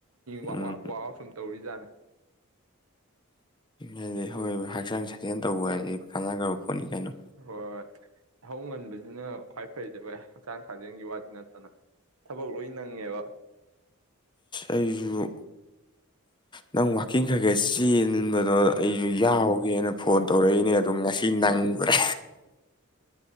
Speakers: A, on the right; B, on the left.
A: ꯋꯥꯛ
B: ꯎꯝ
A: ꯑꯥꯎꯠ ꯁꯨꯝ ꯇꯧꯔꯤꯖꯥꯠꯅꯦ
B: ꯍꯥꯏꯗꯤ ꯍꯣꯏ ꯍꯛꯆꯥꯡ ꯁꯥꯖꯦꯜ ꯇꯧꯕ ꯍꯥꯏꯗꯤ ꯀꯥꯟꯅꯒ ꯐꯅꯤ ꯀꯥꯏꯅꯣ
A: ꯍꯣꯏ ꯍꯧ ꯉꯟꯕꯁꯤꯅ ꯈ꯭ꯋꯥꯏ ꯐꯩꯗꯕ ꯍꯛꯆꯥꯡ ꯁꯥꯖꯦꯜꯒꯤ ꯋꯥꯗꯤ ꯅꯠꯇꯅ ꯊꯕꯛ ꯂꯣꯏ ꯅꯪꯉꯦꯕ
B: ꯑꯩꯁꯨꯕꯨ ꯅꯪ ꯋꯥꯋꯥꯛꯀꯤꯡ ꯈ꯭ꯔꯒꯦ ꯆ ꯑꯗꯨꯗꯣ ꯑꯩꯁꯨ ꯌꯥꯎꯒꯦꯅ ꯐꯣꯟ ꯇꯧꯔꯛꯏꯅꯦ ꯑꯣ ꯉꯁꯤ ꯅꯪꯕ꯭ꯔꯥ